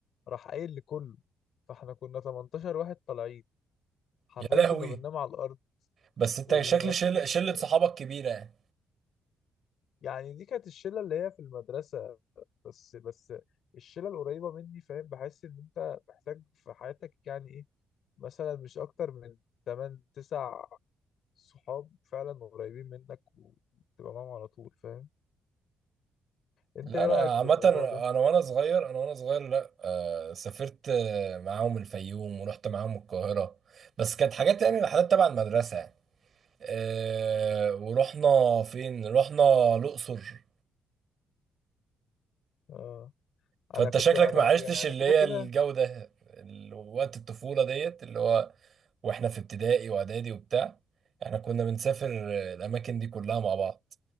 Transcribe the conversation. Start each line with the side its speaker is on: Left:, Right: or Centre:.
Left: راح قايل لكله فاحنا كنا 18 واحد طالعين حرفيا
Right: يا لهوي
Left: كنا بننام على الارض
Right: بس انت
Left: واللي
Right: شكل
Left: ما فيش
Right: شل... شله صحابك كبيره يعني
Left: يعني دي كانت الشله اللي هي في المدرسه بس بس الشله القريبه مني فاهم بحس ان انت محتاج في حياتك يعني ايه مثلا مش اكتر من 8 9 صحاب فعلا قريبين منك وتبقى معاهم على طول فاهم انت
Right: لا
Left: ايه
Right: انا
Left: رأيك في
Right: عامه
Left: الموضوع
Right: انا
Left: ده
Right: وانا صغير انا وانا صغير لا آه سافرت آه، معاهم الفيوم ورحت معاهم القاهره بس كانت حاجات يعني رحلات تبع المدرسه يعني آه ورحنا فين رحنا الاقصر
Left: اه
Right: فانت
Left: انا كنت
Right: شكلك
Left: انا
Right: ما عشتش
Left: يعني انا
Right: اللي
Left: كده
Right: هي
Left: كده
Right: الجو ده ال- وقت الطفولة ديت اللي هو واحنا في ابتدائي واعدادي وبتاع احنا كنا بنسافر الاماكن دي كلها مع بعض